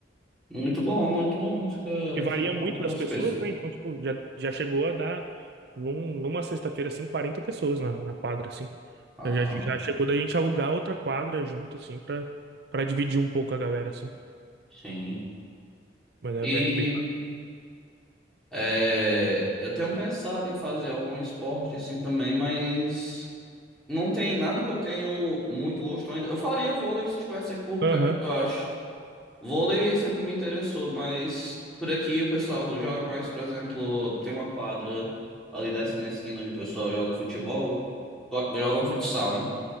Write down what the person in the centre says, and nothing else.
Muito bom, muito bom. Fica,
fica
um bom negócio
mesmo.
Ah,
sim.
E
é, eu tenho pensado em fazer algum esporte assim também, mas não tem nada que eu tenho muito gosto ainda. Eu faria vôlei se estivesse aqui por perto,
eu acho. Vôlei sempre me interessou, mas por aqui o pessoal joga mais, por exemplo, tem uma quadra ali dessa na esquina onde o pessoal joga futebol, go- joga um futsal, né?